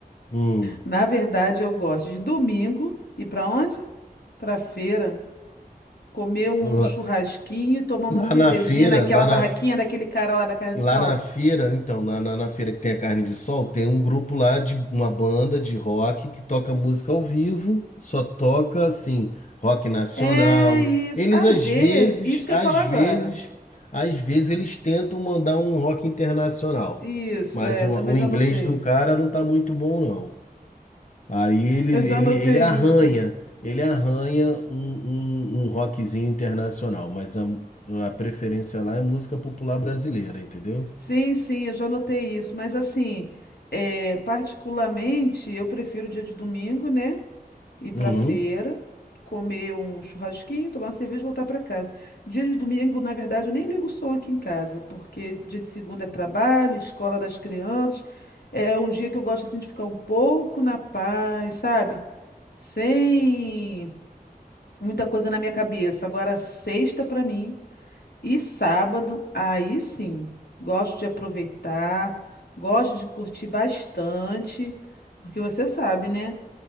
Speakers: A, on the left; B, on the left.
A: Hum,
B: Na verdade, eu gosto de domingo ir para onde? Para feira, comer um
A: lá,
B: churrasquinho e tomar uma
A: lá
B: cervejinha
A: na feira,
B: naquela
A: lá
B: barraquinha
A: na
B: daquele cara lá da carne
A: Lá
B: de sol.
A: na feira, então, na, na, na feira que tem a carne de sol, tem um grupo lá de uma banda de rock que toca música ao vivo, só toca assim, rock nacional.
B: É isso.
A: Eles
B: Às
A: às
B: vezes,
A: vezes,
B: isso que
A: às
B: eu ia falar agora.
A: vezes, às vezes eles tentam mandar um rock internacional,
B: Isso,
A: mas
B: é,
A: o,
B: eu também
A: o
B: já
A: inglês
B: anotei.
A: do cara não tá muito bom, não. Aí ele,
B: Eu já
A: ele,
B: anotei
A: ele arranha,
B: isso.
A: ele arranha um, um, um rockzinho internacional, mas a, a preferência lá é música popular brasileira, entendeu?
B: Sim, sim, eu já anotei isso. Mas assim, é, particularmente, eu prefiro o dia de domingo, né? ir pra
A: Uhum.
B: feira, comer um churrasquinho, tomar uma cerveja e voltar pra casa. Dia de domingo, na verdade, eu nem ligo o som aqui em casa, porque dia de segunda é trabalho, escola das crianças. É um dia que eu gosto assim de ficar um pouco na paz, sabe? Sem muita coisa na minha cabeça. Agora, sexta pra mim e sábado, aí sim, gosto de aproveitar, gosto de curtir bastante, porque você sabe, né?